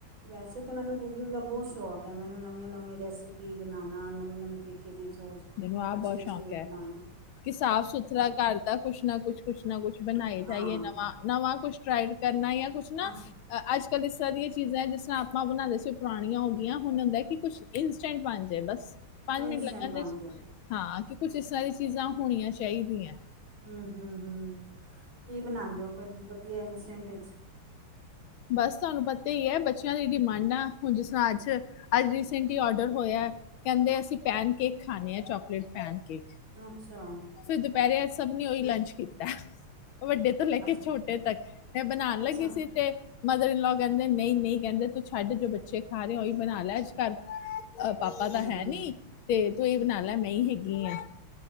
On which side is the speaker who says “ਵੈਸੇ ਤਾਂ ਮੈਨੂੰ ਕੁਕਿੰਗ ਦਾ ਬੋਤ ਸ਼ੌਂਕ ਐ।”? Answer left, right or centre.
Right